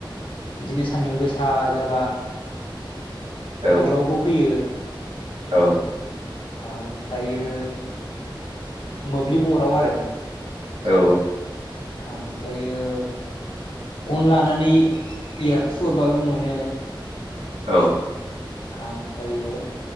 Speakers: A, on the left; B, on the right.
A: बिदिनो सान्दुं गोसा जाबा
B: औ
A: अरावबो फैयो।
B: औ।
A: आमफ्रायो मोब्लिब अराव आरो।
B: औ औ।
A: आमफ्रायो गन लानानै एरथुहरबाबो मोनो।
B: औ।
A: आमफ्रायो